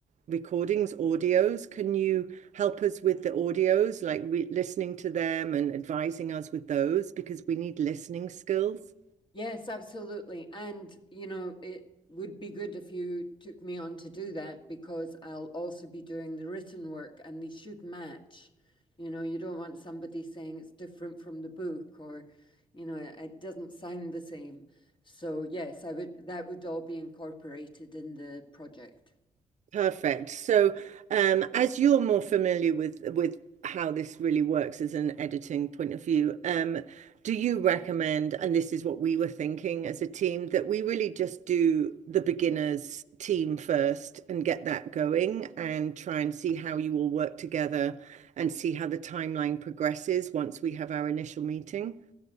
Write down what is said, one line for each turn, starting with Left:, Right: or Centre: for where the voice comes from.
Right: recordings, audios. Can you help us with the audios, like re- listening to them and advising us with those because we need listening skills.
Left: Yes, absolutely. And, you know, it would be good if you took me on to do that because I'll also be doing the written work and they should match. You know, you don't want somebody saying it's different from the book or, you know, it it doesn't sound the same. So, yes, I would, that would all be incorporated in the project.
Right: Perfect. So, um, as you're more familiar with with how this really works as an editing point of view, um, do you recommend? And this is what we were thinking as a team that we really just do the beginners team first and get that going, and try and see how you all work together, and see how the timeline progresses once we have our initial meeting.